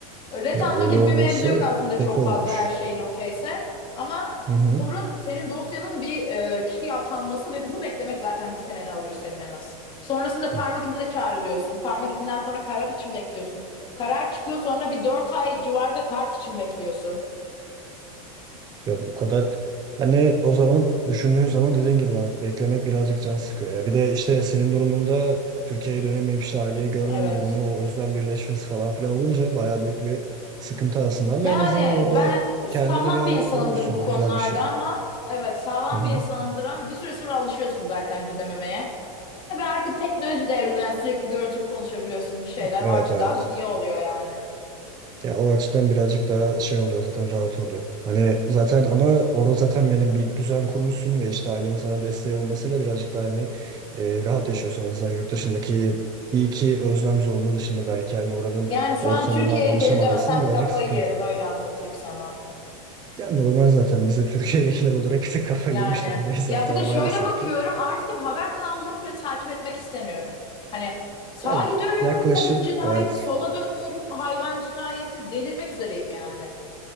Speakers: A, on the left; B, on the right.
A: Ret
B: Ya
A: alma
B: öyle
A: gibi
B: olması
A: bir mevzu yok aslında çok
B: kötü olmuş.
A: fazla her şeyin okeyse. Ama
B: Hı hı.
A: sorun senin dosyanın bir e, kişiye atanması ve bunu beklemek zaten bir seneni alıyor senin en az. Sonrasında parmak
B: Hı.
A: izine çağrılıyorsun. Parmak izinden sonra karar için bekliyorsun. Karar çıkıyor sonra bir dört ay civarda kart için bekliyorsun.
B: Ya bu kadar hani o zaman düşündüğün zaman dediğin gibi Ahmet, beklemek birazcık can sıkıyor ya. Bir de işte senin durumunda Türkiye'ye dönemeyip işte aileyi görmeme
A: Evet.
B: durumu, o özlem birleşmesi falan filan olunca bayağı büyük bir sıkıntı aslında ama
A: Yani
B: en azından orada
A: ben sağlam
B: kendine bir hayat
A: bir insanımdır
B: kurmuşsun.
A: bu konularda
B: Bu güzel bir şey.
A: ama evet sağlam
B: Hı hı.
A: bir insanımdır ama bir süre sonra alışıyorsun zaten gidememeye. Tabii artık teknoloji devrinde yani sürekli görüntülü konuşabiliyorsun bir şeyler
B: Evet
A: o açıdan
B: evet.
A: iyi oluyor yani.
B: Ya o açıdan birazcık daha şey oluyor zaten rahat oluyor. Hani zaten ama orada zaten benim bir düzen kurmuşsun ve işte ailenin sana desteği olmasıyla birazcık daha hani e, rahat yaşıyorsun. En azından yurt dışındaki iyi ki özlem zorluğu dışında belki hani oranın
A: Yani şu
B: ortamına
A: an Türkiye'ye
B: alışamadıysan
A: geri dönsem
B: birazcık
A: kafayı
B: sıkıntı.
A: yerim öyle anlatayım sana.
B: Yani normal zaten biz de <laughs> Türkiye'dekiler olarak bir tık kafayı
A: Yani
B: yemiş durumdayız
A: ya
B: zaten
A: bir de
B: maalesef
A: şöyle bakıyorum
B: ki.
A: artık yani haber kanallarını bile takip etmek istemiyorum. Hani sağa
B: Ben
A: dönüyorum
B: yaklaşık
A: kadın cinayeti,
B: e,
A: sola dönüyorum hayvan cinayeti delirmek üzereyim yani.